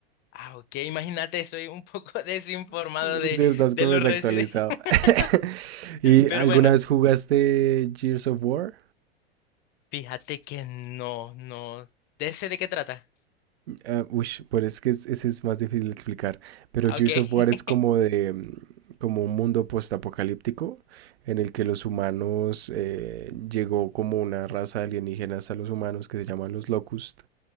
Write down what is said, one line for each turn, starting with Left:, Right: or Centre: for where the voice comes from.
Left: Ah, ok, imagínate, estoy un poco <laughs> desinformado
Right: <laughs>
Left: de,
Right: Sí, estás
Left: de
Right: como
Left: los
Right: desactualizado.
Left: Resident, <laughs>
Right: <laughs> ¿Y
Left: pero
Right: alguna
Left: bueno,
Right: vez jugaste Gears of War?
Left: fíjate que no, no, ¿de ese de qué trata?
Right: Ah, ush, pero es que es- ese es más difícil de explicar. Pero
Left: Ah,
Right: Gears
Left: ok.
Right: of War
Left: <laughs>
Right: es como de mm, como un mundo postapocalíptico en el que los humanos eh, llegó como una raza alienígena hasta los humanos que se llaman los Locust.